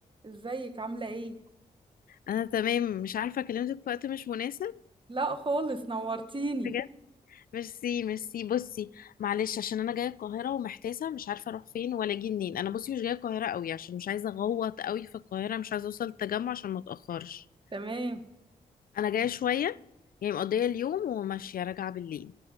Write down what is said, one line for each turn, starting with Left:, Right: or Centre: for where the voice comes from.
Right: ازيك عاملة ايه؟
Left: انا تمام مش عارفه كلمتك في وقت مش مناسب
Right: لا خالص نورتيني
Left: بجد ميرسي ميرسي بصي معلش عشان انا جايه القاهره ومحتاسه مش عارفه اروح فين ولا اجي منين انا بصي مش جايه القاهره قوي عشان مش عايزه اغوط قوي في القاهره مش عايزه اوصل التجمع عشان ما اتاخرش
Right: تمام
Left: انا جايه شويه يعني مقضيه اليوم وماشيه راجعه بالليل